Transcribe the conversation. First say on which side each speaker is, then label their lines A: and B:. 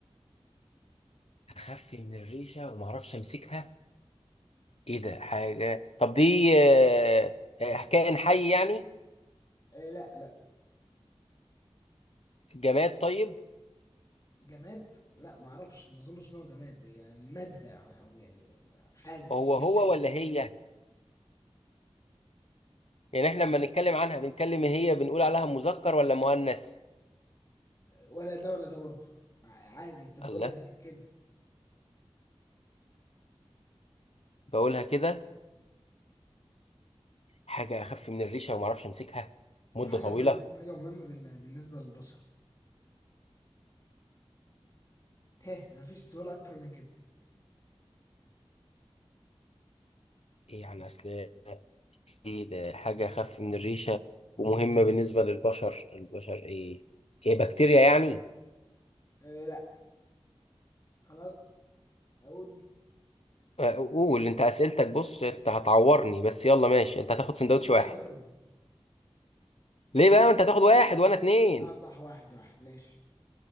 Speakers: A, on the left; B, on the left.
A: اخف من الريشه وما اعرفش امسكها ايه ده حاجة طب دي آه، آه، كائن حي يعني
B: إيه لا لا
A: جماد طيب
B: جماد لا ما اعرفش ما اظنش ان هو جماد هي مادة او يعني حاجة
A: هو
B: هي
A: هو
B: حاجة
A: ولا هي يعني احنا لما نتكلم عنها بنتكلم هي بنقول عليها مذكر ولا مؤنث
B: ولا ده ولا ده برضه ع- عادي انت بتقولها
A: الله
B: كده
A: بقولها كده حاجة اخف من الريشة وما اعرفش امسكها
B: وحاجة
A: مدة طويلة
B: مهمة حاجة مهمة بالن- بالنسبة للبشر <laughs> هه انا مفيش سؤال اكتر من كده
A: ايه يعني اصل ايه ده حاجة اخف من الريشة ومهمة بالنسبة للبشر البشر ايه هي بكتيريا يعني
B: إيه لا خلاص اقول
A: آه، قول انت اسئلتك بص انت هتعورني بس يلا ماشي انت هتاخد
B: الاتنين
A: سندوتش واحد
B: شاورما
A: ليه بقى ما انت هتاخد واحد وانا اتنين
B: اه صح واحد واحد ماشي